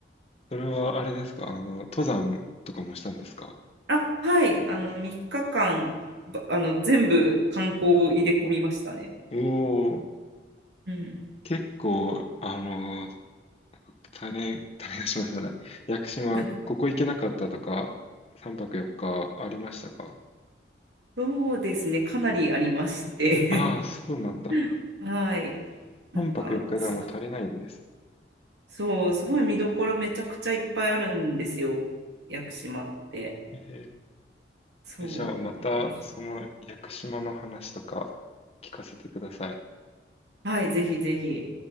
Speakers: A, on the left; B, on the right.
A: それはあれですかあの、登山とかもしたんですか
B: あ、はい。あの3日間ばあの全部観光を入れ込みましたね。
A: おおー、
B: うん。
A: 結構、あの、なんか種、種出しましたね。屋久島、
B: <laughs>
A: ここ行けなかったとか、3泊4日ありましたか
B: そうですね。かなりありまして。
A: ああ、そうなんだ。
B: <laughs> はい。なんかす、
A: 半泊4日でも足りないんです。
B: そう、すごい見どころめちゃくちゃいっぱいあるんですよ。屋久島って。
A: えー
B: そう。
A: えじゃあまたその屋久島の話とか
B: だから
A: 聞かせてください。
B: はい、ぜひぜひ。